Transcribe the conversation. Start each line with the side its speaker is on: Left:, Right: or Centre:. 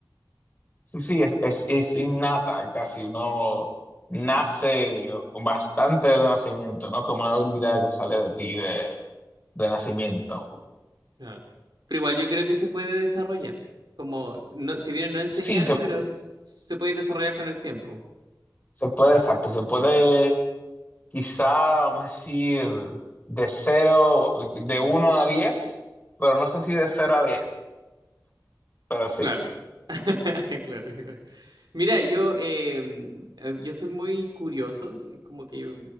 Left: Sí, sí, es, es, es innata, casi uno nace bastante de nacimiento, ¿no? Como una habilidad que sale de ti de, de nacimiento.
Right: Ah. Pero igual yo creo que se puede desarrollar. Como, no, si bien no enseñar,
Left: Sí, se,
Right: pero s- se puede desarrollar con el tiempo.
Left: se puede, exacto, se puede quizá, vamos a decir, de cero, de uno a diez, pero no sé si de cero a diez, pero sí.
Right: Claro. <laughs> Claro, claro. Mira, yo, em, eh, yo soy muy curioso, y como que yo,